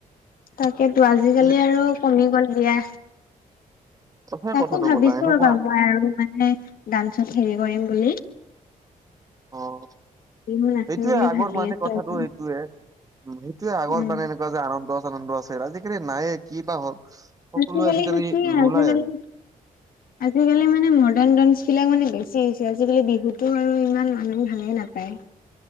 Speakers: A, on the left; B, on the right.
A: তাকেতো আজিকালি
B: আজি
A: আৰু কমি গ'ল দিয়া।
B: কথাই
A: তাকো
B: কথাটো
A: ভাবিছো
B: ক'লা এনেকুৱা
A: আৰুব মই আৰু মানে ডান্সত হেৰি কৰিম বুলি।
B: অঁ
A: বিহু নাচিম
B: সেইটোয়ে
A: বুলি
B: আগৰ
A: ভাবি
B: মানে
A: আছো
B: কথাটো
A: এবাৰ
B: সেইটোয়ে, উ সেইটোয়ে আগৰ
A: উম।
B: মানে এনেকুৱা যে আনন্দ। আনন্দ আছে আজিকালি নায়ে কি বা হ'ল। সকলোৱে
A: আজি গলে
B: আজিকালি
A: গলে।
B: নোলায়
A: আজিকালি মানে মডাৰ্ণ ডান্স বিলাক মানে বেছি। গুচিছে আজিকালি বিহুতো আৰু ইমান মানুহ ভালে নাপায়।